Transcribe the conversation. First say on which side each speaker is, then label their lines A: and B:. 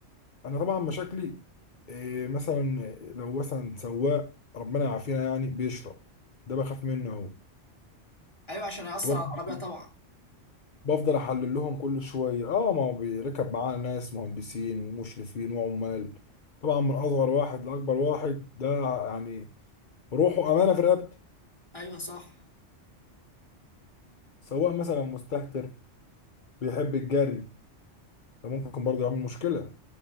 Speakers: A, on the left (about 45°); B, on the left (about 20°).
A: انا طبعا مشاكلي إيه مثلا لو مثلا سواق ربنا يعافينا يعني بيشرب ده بخاف منه اهو
B: ايوه عشان هيأثر
A: فبف-
B: على العربيه طبعا
A: بفضل احلل لهم كل شويه اه ما هو بيركب معانا ناس مهندسين ومشرفين وعمال طبعا من اصغر واحد لاكبر واحد ده يعني روحه امانه في رقبتي
B: ايوه صح
A: سواق مثلا مستهتر بيحب الجري ده ممكن برضه يعمل مشكله